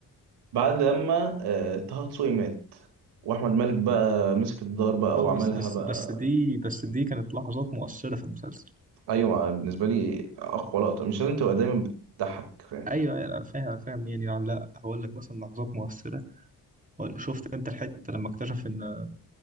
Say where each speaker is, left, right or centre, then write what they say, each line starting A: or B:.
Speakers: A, on the right; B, on the right.
A: بعد لما آه، طه دسوقي مات واحمد مالك بقى مسك الدار بقى
B: اه
A: وعملها
B: بس بس
A: بقى
B: بس دي بس دي كانت لحظات مؤثرة في المسلسل
A: ايوه بالنسبة لي اقوى لقطة مش لازم تبقى دايما بتضحك فاهم
B: ايوه أيوة، انا فاهم أنا فاهم يعني يعني لا هقول لك مثلا لحظات مؤثرة هقول- شفت انت الحتة لما اكتشف ان